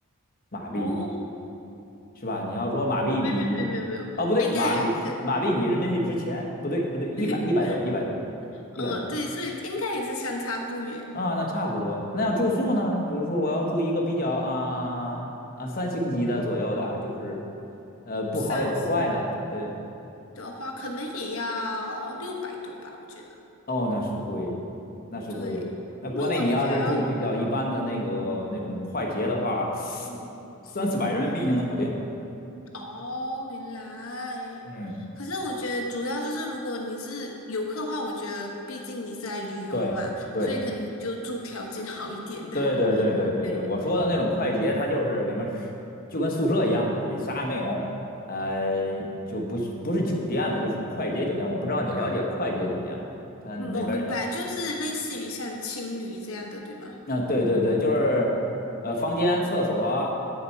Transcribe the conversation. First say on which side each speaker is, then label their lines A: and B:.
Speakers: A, on the left (about 40°); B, on the left (about 65°).
A: 马币。
B: 哦，
A: 是吧？你要说马币比，
B: 没有没有没有没有，
A: 啊不对，
B: 应该也是，
A: 马币马币比人民币值钱，不对不对，一百一百多一百多
B: <laughs> 嗯，
A: 一百多
B: 对，所以应该也是相差不远。
A: 啊，那差不多。那要住宿呢？比如说我要住一个比较啊啊三星级的左右的，就是呃不好也不坏的，
B: 三星
A: 对。
B: 的话，可能也要六百多吧，我觉得。
A: 哦，那是贵了，那是贵了。
B: 对，
A: 那国内你要是住比较一般的那个那种快捷的话，
B: 如果你想要，嗯，
A: 三四百人民币就能搞定。
B: 哦，原来，
A: 嗯，
B: 可是我觉得主要就是如果你是游客的话，我觉得毕竟你是来旅游嘛，
A: 对。对。
B: 所以可能就住条件好一点的，
A: 对对对对对对，
B: <laughs> 对。
A: 我说的那种快捷，它就是里面是就跟宿舍一样，它里啥也没有，呃，就不是不是酒店了，就属于快捷酒店。我不知道你了解快捷酒店吗？它那边有没
B: 嗯，我明白，就是类似于像青旅这样的，对吗？
A: 有啊，对对对，就是呃，房间、厕所啊